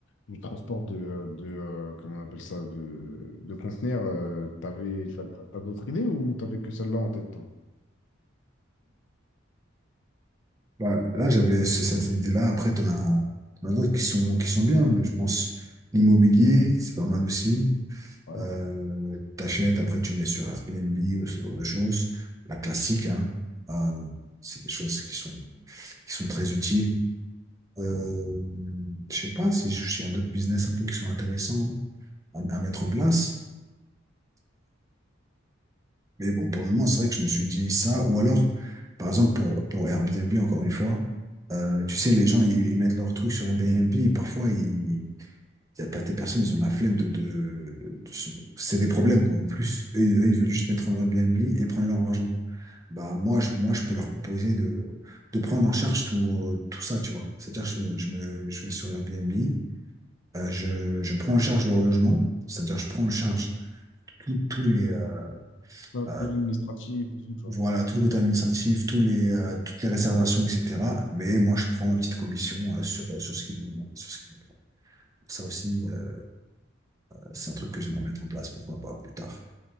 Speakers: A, on the left; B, on the right.
A: du transport de, de euh, comment on appelle ça, de, de conteneurs, euh, t'avais, t'as, t'as- t'as d'autres idées ou t'avais que celle-là en tête, toi?
B: Bah, là, j'avais ce- cette idée-là. Après, t'en as, t'en as d'autres qui sont, qui sont bien. Je pense l'immobilier, c'est pas mal aussi.
A: Ouais.
B: Euh, t'achètes, après tu mets sur Airbnb ou ce genre de choses. La classique, hein. Euh, c'est des choses qui sont, qui sont très utiles. Euh, je sais pas si je- s'il y a d'autres business un peu qui sont intéressants à, à mettre en place. Mais bon, pour le moment, c'est vrai que je me suis dit ça. Ou alors, par exemple, pour, pour Airbnb, encore une fois, euh, tu sais, les gens, ils, ils mettent leurs trucs sur Airbnb et parfois, ils y a pas des personnes, ils ont la flemme de... de, de se- c'est des problèmes, quoi. En plus, eux, eux, ils veulent juste mettre en Airbnb et prendre leur argent. Bah, moi, je, moi, je peux leur proposer de, de prendre en charge tout, euh, tout ça, tu vois. C'est-à-dire, je, me- je, me, je vais sur Airbnb, euh, je, je prends en charge leur logement, c'est-à-dire, je prends en charge tous tous les... euh,
A: Plein de
B: euh,
A: colis administratifs et tout, tu vois.
B: voilà, tout le côté administratif, tous les, euh, toutes les réservations, etc. Mais moi, je prends ma petite commission euh, sur, euh, sur ce qu'ils vont, sur ce qu'ils vont prendre. Donc Ça aussi, euh, c'est un truc que j'aimerais mettre en place, pourquoi pas plus tard.